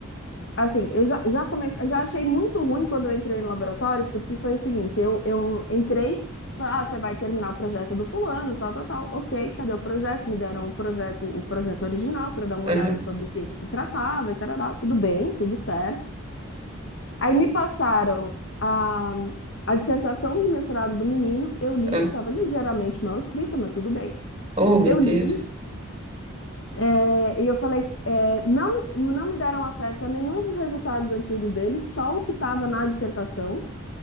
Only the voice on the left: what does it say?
assim, eu já, já comecei, já achei muito ruim quando eu entrei no laboratório, porque foi o seguinte, eu, eu entrei, falei, ah, você vai terminar o projeto do fulano, tal, tal, tal, ok, cadê o projeto? Me deram o projeto, o projeto original para eu dar uma
olhada sobre o que que se tratava, e tarará, tudo bem, tudo certo. Aí me passaram a, a dissertação de mestrado do menino, eu li,
que estava ligeiramente mal escrita, mas tudo bem.
Eu
li É, e eu falei, é, não me, não me deram acesso a nenhum dos resultados antigos dele, só o que estava na dissertação.